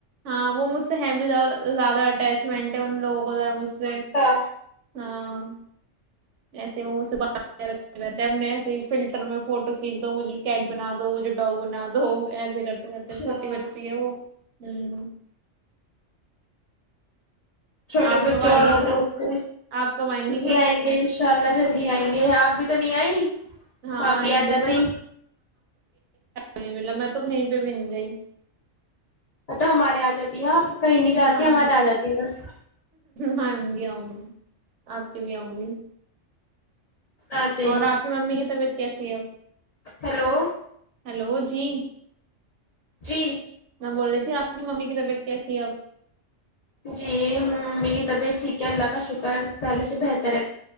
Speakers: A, on the right; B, on the left.
A: ہاں وہ مجھ سے ہے بھییا زیادہ اٹیچ مینٹ ہیں ان لوگ <inaudible> بزار ب سے
B: اچھا
A: <inaudible> ہاں <inaudible> ایسے وہ مجھ سے بات رکھتے رہتے ہیں اپنے ایسے ہی فلٹر میں فوٹو کھینچ دو مجھے کیٹ بنا دو مجھے ڈاگ بنا دو ایسے کر <unintelligible> کرتے
B: اچھا
A: چھوٹی بچی ہے وہ ہوں <inaudible>
B: چھوٹے
A: آپ
B: بچوں
A: کب آ رہی
B: اور زیادہ
A: ہیں گھر
B: ہوتے
A: آپ کب گی
B: جی
A: گھر
B: آئیں گے انشاء اللہ جلدی آئیں گے آپ بھی تو نہیں آئی
A: ہاں
B: آپ
A: آئیں
B: ہی آ
A: گے
B: جاتے
A: بس نہیں ملا میں تو کہیں پہ بھی نہیں گئی <inaudible>
B: ا توا ہمارے آ جاتی ہیں آپ <unintelligible> جاتی
A: ہاں
B: ہمارے آ جاتی بس
A: ہاں گیا ہں گ <inaudible> آپ کے بھی آؤں گی
B: آ جائیے
A: اور
B: گا
A: آپ کی ممی کی طبیعت <unintelligible> کیسی ایم
B: ہیلو
A: <inaudible> ہلو جی
B: جی
A: بول رہی تھی آپ کی ممی کی طبیعت کیسی ہے اب
B: جی ممی کی طبیعت ٹھیک ہے اللہ کا شکر پہلے سے بہتر ہے